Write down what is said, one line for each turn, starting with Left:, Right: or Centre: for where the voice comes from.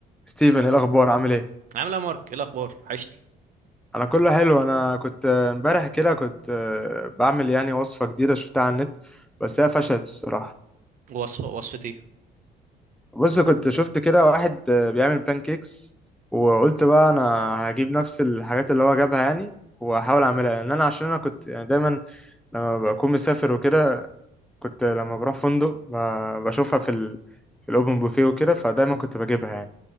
Centre: ستيفن إيه الاخبار عامل ايه
Right: عامل ايه يا مارك ايه الاخبار وحشني
Centre: انا كله حلو انا كنت آه، امبارح كده كنت آه، بعمل يعني وصفه جديده شفتها على النت بس هي فشلت الصراحه
Right: وصفه وصفتي
Centre: بص كنت شفت كده واحد آه، بيعمل بانكيكس وقلت بقى انا هجيب نفس الحاجات اللي هو جابها يعني واحاول اعملها لان انا عشان انا كنت يعني دايما لما بكون مسافر وكده كنت لما بروح فندق ب- بشوفها في ال- في الاوبن بوفيه وكده فدايما كنت بجيبها يعني